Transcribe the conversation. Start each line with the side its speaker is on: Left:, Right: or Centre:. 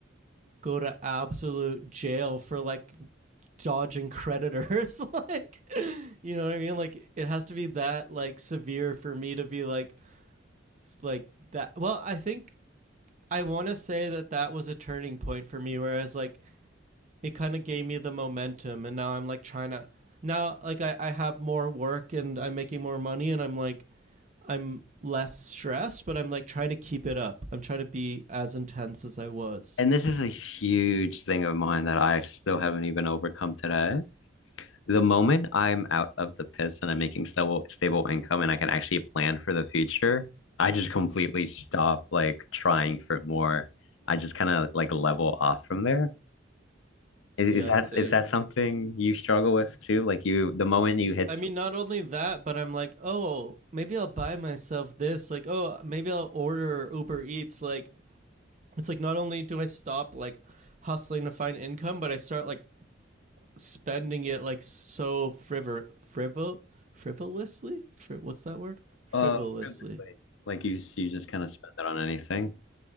Right: go to absolute jail for like dodging creditors <laughs> like you know what i mean like it has to be that like severe for me to be like like that well i think i want to say that that was a turning point for me whereas like it kind of gave me the momentum and now i'm like trying to now like I, I have more work and i'm making more money and i'm like i'm less stressed but i'm like trying to keep it up i'm trying to be as intense as i was
Left: And this is a huge thing of mine that I still haven't even overcome today The moment I'm out of the pits and I'm making stable stable income and I can actually plan for the future, I just completely stop like trying for more. I just kind of like level off from there. Is,
Right: yeah
Left: is that
Right: same
Left: is that something you struggle with too? Like you, the moment you hit,
Right: I
Left: some-
Right: mean, not only that, but I'm like, oh, maybe I'll buy myself this. Like, oh, maybe I'll order Uber Eats. Like, it's like not only do I stop like hustling to find income, but I start like spending it like so frivol frivol frivolously. Fri- what's that word? Frivolously.
Left: uh, previously, like you you just kind of spend that on anything.